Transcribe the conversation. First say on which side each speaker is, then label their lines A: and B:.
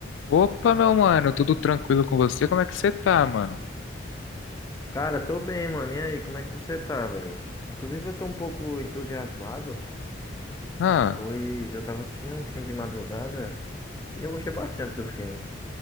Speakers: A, on the left (about 85°); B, on the left (about 15°).
A: Opa, meu mano, tudo tranquilo com você? Como é que você tá, mano?
B: Cara, tô bem, mano. E aí, como é que você tá, velho? Inclusive, eu tô um pouco entusiasmado,
A: Ah,
B: pois eu tava assistindo um filme de madrugada e eu gostei bastante do filme.